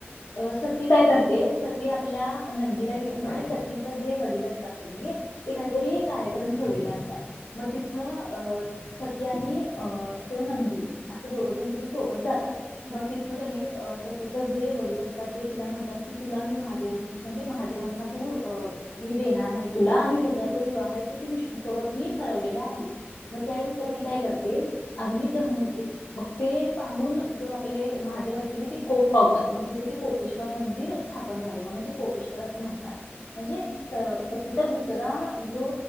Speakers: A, on the left; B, on the right.
A: अ सती काय करते सती आपल्या नंदीला घेऊन म्हणजे सतीचा जे वडील असतात कनी ते काहीतरी
B: हम्म
A: कार्यक्रम ठेवलेला असतात मग तिथ अ सती आणि अ तो नंदी -- असं दोघं जण तिच्या सोबत जातात.
B: बर
A: मग तिथं कनी सतीच जे वडील असतात ते तिला म्हणतात की तुला मी महादेव म्हणजे महादेवांना तू अ मी देणार नाही तुला आणि तुझा जो विवाह आहे तो त विष्णू सोबत मी ठरवलेला आहे. मग त्यावेळेस
B: हा
A: ती काय करते. आग्नित दहन होते. मग ते पाहून जो आपले महादेव आहेत तिने ते कोप पावतात मग तिथे ते कोपेश्वर मंदिर स्थापन झाले म्हणून ते कोपेश्वर असं म्हणतात. म्हणजे
B: हम्म,
A: सक्तीचा दुसरा जो